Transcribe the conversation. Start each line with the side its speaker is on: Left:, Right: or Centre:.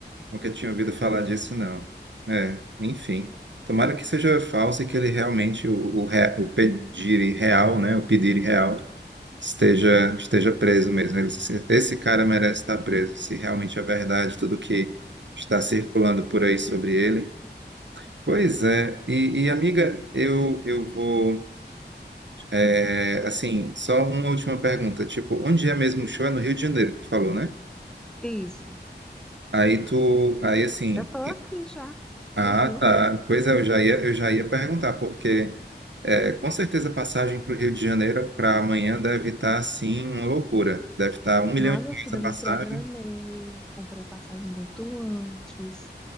Right: Nunca tinha ouvido falar disso, não. É, enfim. Tomara que seja falso e que ele realmente, o, o, re- o Pediri real, né? O Pediri real esteja, esteja preso mesmo. Ele- esse esse cara merece estar preso, se realmente é verdade tudo que está circulando por aí sobre ele. Pois é. E, e, amiga, eu, eu vou. é, assim, só uma última pergunta. Tipo, onde é mesmo o show? É no Rio de Janeiro que tu falou, né?
Centre: isso.
Right: Aí tu, aí assim,
Centre: Eu tô aqui já,
Right: Ah,
Centre: no Rio.
Right: tá. Pois é, eu já ia, eu já ia perguntar, porque é, com certeza a passagem para o Rio de Janeiro para amanhã deve estar, assim, uma loucura. Deve estar um milhão
Centre: Na
Right: de
Centre: minha
Right: reais
Centre: vida,
Right: a passagem.
Centre: eu me programei, comprei passagem muito antes.